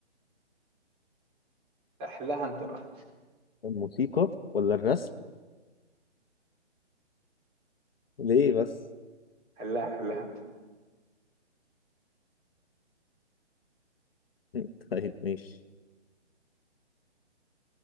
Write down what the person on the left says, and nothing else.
الموسيقى ولا الرسم ليه بس
<laughs> طيب ماشي